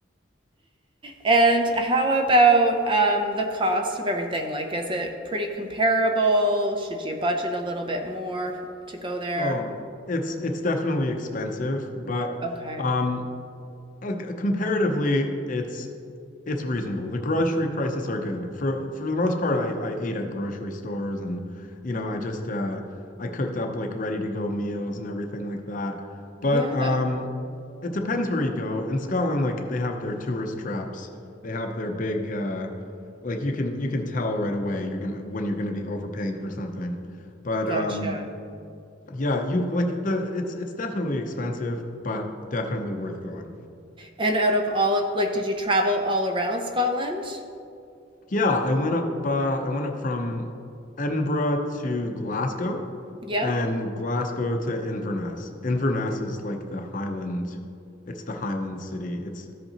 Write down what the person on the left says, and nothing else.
oh, it's it's definitely expensive, but
um, uh, c- comparatively, it's it's reasonable. The grocery prices are good. For for the most part, I I ate at grocery stores and you know, I just uh I cooked up like ready to go meals and everything like that. But
um it depends where you go. In Scotland, like they have their tourist traps. They have their big uh like you can you can tell right away you're gonna when you're gonna be overpaying for something. But
um yeah, you like the it's it's definitely expensive, but definitely worth going.
Yeah, I went up uh, I went up from Edinburgh to Glasgow
and Glasgow to Inverness. Inverness is like the Highland, it's the Highland city. It's